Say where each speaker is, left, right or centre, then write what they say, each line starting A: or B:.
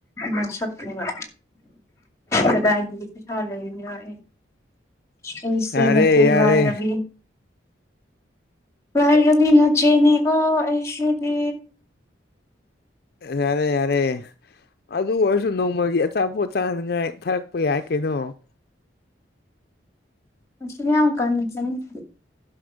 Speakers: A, on the left (about 15°); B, on the left (about 55°).
A: ꯃꯁꯛ ꯇꯨꯒ ꯀꯗꯥꯏ ꯗꯒꯤ ꯄꯩꯁꯥ ꯂꯩꯔꯕꯥ ꯑꯩ ꯑꯩꯁꯦ
B: ꯌꯥꯔꯦ
A: ꯅꯆꯦ
B: ꯌꯥꯔꯦ
A: ꯂꯥꯏꯔꯕꯤ ꯥꯅꯪꯒꯤꯗꯤ ꯅꯆꯦꯅꯦꯀꯣ ꯑꯦꯁꯗꯤ
B: ꯌꯥꯔꯦ ꯌꯥꯔꯦ ꯑꯗꯨ ꯑꯣꯏꯔꯁꯨ ꯅꯣꯡꯃꯒꯤ ꯑꯆꯥꯄꯣꯠ ꯆꯥꯅꯤꯉꯥꯏ ꯊꯥꯔꯛꯄ ꯌꯥꯏ ꯀꯩꯅꯣ ꯫
A: ꯔꯁꯤ ꯌꯥꯝ ꯀꯪꯉꯤ ꯅꯪꯁꯤ꯫